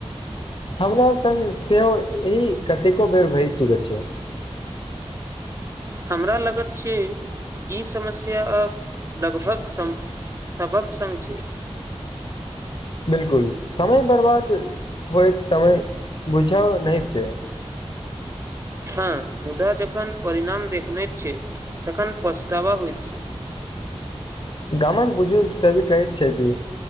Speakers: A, on the left; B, on the right.
A: हमरा संग सेहो एहि कतेको बेर भरि चुकल छैय।
B: हमरा लगत छै ई समस्य! या आब लगभग! सभक संग छैय।
A: बिलकुल समय बर्बाद होइत, समय बुझा नहि छैय।
B: हँ मुदा जखन परणाम देखने छैय, तन पसताावा होइ छैय।
A: गामक बुजुर्ग सभी कहैत छथि,